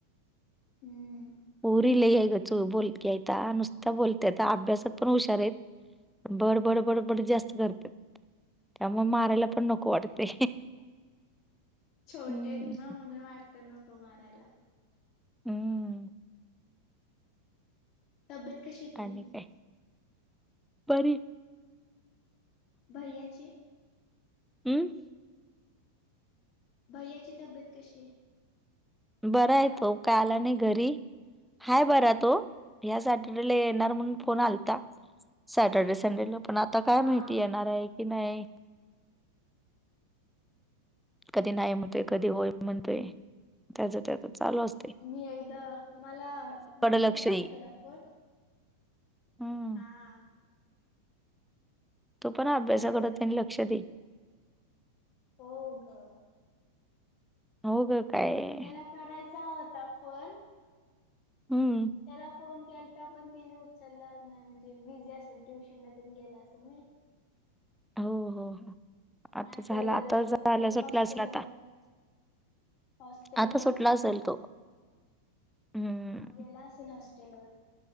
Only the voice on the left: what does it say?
हम्म
छोटे
आहेत ना म्हणून वाटतं नको मारायला
तब्येत कशी आहे तुझी?
बैयाचे
भययाची तब्येत कशी आहे
हॅलो.
हम्म
हा.
मी एकदा मला मी
करणार
आहे त्याला फोन
हा
करणार
आहे त्याला
फोन
मी.
हो का
त्याला करायचा होता फोन
त्याला फोन केलता पण तिने उचलला नाही म्हणजे बिझी असेल ट्युशनला त्यांनी गेला असेल ना
नाहीतर
हे
हॉस्टेलवर
हॉस्टेल
वर
गेला असेल
ह गेला असेल हॉस्टेलवर.